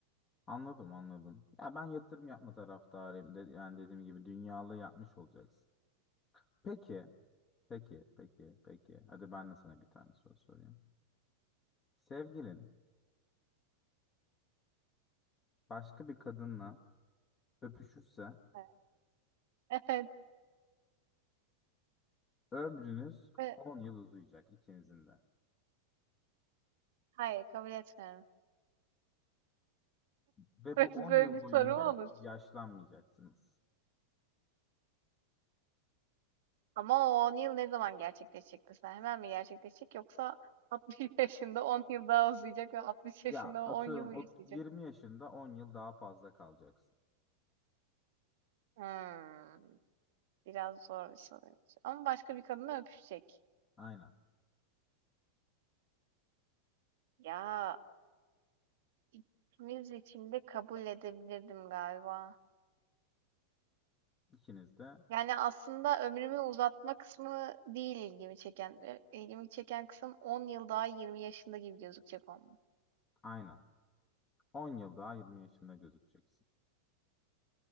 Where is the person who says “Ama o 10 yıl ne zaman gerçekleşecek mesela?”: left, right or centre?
Right